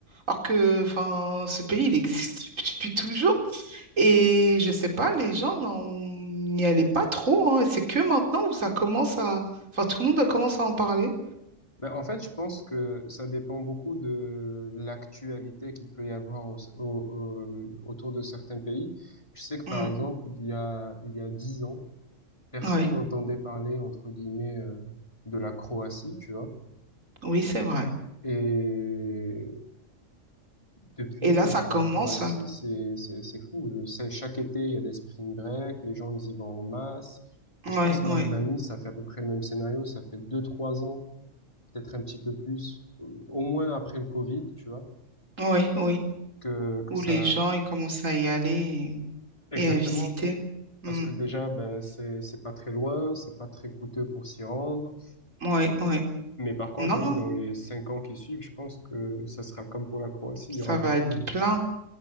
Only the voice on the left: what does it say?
Ben, en fait, je pense que ça dépend beaucoup de l'actualité qu'il peut y avoir au- au- au- autour de certains pays. Je sais que, par
exemple, il y a, il y a 10 ans, personne
n'entendait parler, entre guillemets, euh, de la Croatie, tu vois.
Et depuis,
la Croatie,
c'est, c'est, c'est fou. Je sais, chaque été, il y a des spring break, les gens, ils y vont en masse. Et
je pense que
l'Albanie, ça fait à peu près le même scénario. Ça fait deux, trois ans, peut-être un petit peu plus, au au moins après le Covid, tu vois,
que, que
ça,
exactement.
Parce que déjà, ben, c'est, c'est pas très loin, c'est pas très coûteux pour s'y rendre.
Mais par contre,
oui,
dans les cinq ans qui suivent, je pense que ça sera comme pour la Croatie,
il y aura beaucoup
de monde.